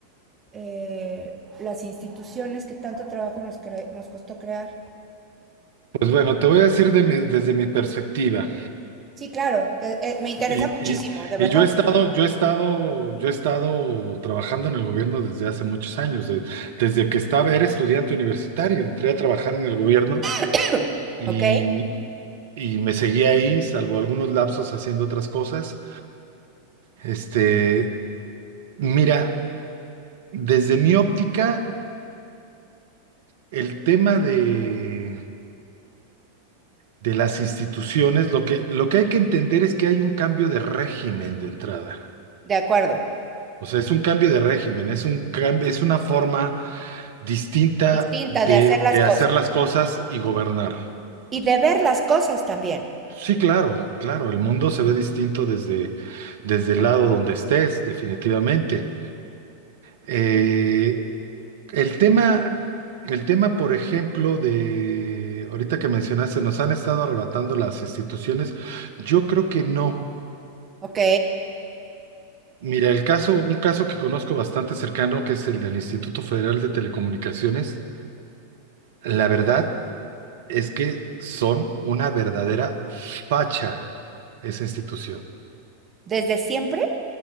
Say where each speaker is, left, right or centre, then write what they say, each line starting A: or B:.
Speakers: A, on the right; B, on the right.
A: eh, las instituciones que tanto trabajo nos, cre- nos costó crear.
B: Pues bueno, te voy a decir de mi- desde mi perspectiva.
A: Sí, claro, que, eh, me interesa
B: Y,
A: muchísimo,
B: y-
A: de verdad.
B: y yo he estado, yo he estado, yo he estado trabajando en el gobierno desde hace muchos años, de- desde que estaba, era estudiante universitario, entré a trabajar en el gobierno
A: <coughs> <clears throat>
B: y,
A: ¿Ok?
B: y me seguí ahí, salvo algunos lapsos haciendo otras cosas. Este, mira, desde mi óptica, el tema de, de las instituciones, lo que, lo que hay que entender es que hay un cambio de régimen de entrada.
A: De acuerdo.
B: O sea, es un cambio de régimen, es un cambio, es una forma distinta
A: Distinta
B: de,
A: de hacer las
B: de
A: cosas
B: hacer las cosas y gobernar.
A: y de ver las cosas también.
B: Sí, claro, claro, el mundo se ve distinto desde, desde el lado donde estés, definitivamente. Eh, el tema, el tema, por ejemplo, de ahorita que mencionaste, nos han estado arrebatando las instituciones. Yo creo que no.
A: ¿Ok?
B: Mira, el caso, un caso que conozco bastante cercano, que es el del Instituto Federal de Telecomunicaciones, la verdad Es que son una verdadera facha esa institución.
A: Desde siempre.